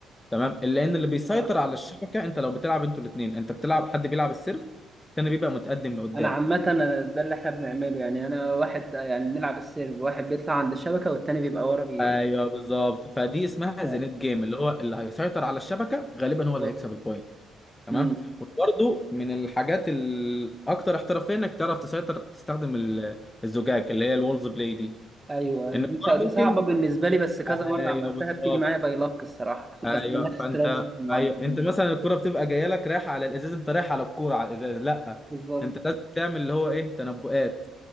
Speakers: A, on the left; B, on the right.
A: تمام لان اللي بيسيطر
B: آه.
A: على الشبكه انت لو بتلعب انتوا الاثنين انت بتلعب حد بيلعب السيرف التاني بيبقى متقدم لقدام
B: انا عامة أنا ده اللي احنا بنعمله يعني انا واحد يعني بنلعب السيرف واحد بيطلع عند الشبكة والتاني بيبقى ورا بي
A: ايوه بالظبط فدي اسمها
B: آه،
A: زينت جيم اللي هو اللي هيسيطر على الشبكه غالبا هو
B: بالظبط.
A: اللي هيكسب البوينت تمام
B: امم
A: وبرده من الحاجات الاكثر احترافيه انك تعرف تسيطر تستخدم ال- الزجاج اللي هي الولز بلاي دي
B: ايوه
A: ان
B: دي
A: الكره
B: صع- ده
A: ممكن
B: صعبة بالنسبة لي بس كذا
A: ايوه
B: مرة عملتها
A: بالظبط
B: بتيجي معايا باي لك الصراحة
A: ايوه
B: <laughs> بس ملهاش استراتيجي
A: فانت
B: معين
A: ايوه انت مثلا الكرة بتبقى جايه لك رايحه على الازاز انت رايح على الكوره على الازاز لا
B: بالظبط
A: انت لازم تعمل اللي هو ايه تنبؤات